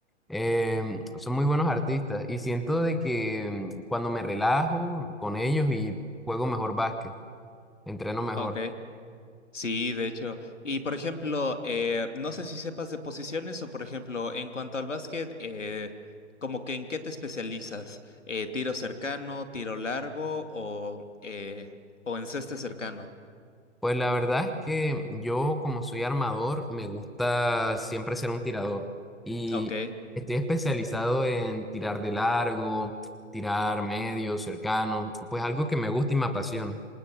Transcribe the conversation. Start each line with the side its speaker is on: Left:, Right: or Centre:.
Centre: em, son muy buenos artistas y siento de que mm, cuando me relajo con ellos y juego mejor básquet, entreno mejor.
Left: Ok. Sí, de hecho. Y por ejemplo, eh, no sé si sepas de posiciones o por ejemplo, en cuanto al básquet, eh, como que en qué te especializas, eh, tiro cercano, tiro largo o, eh, o en ceste cercano.
Centre: Pues la verdad es que yo, como soy armador, me gusta siempre ser un tirador. Y
Left: Ok,
Centre: estoy especializado en tirar de largo, tirar medio, cercano, pues algo que me gusta y me apasiona.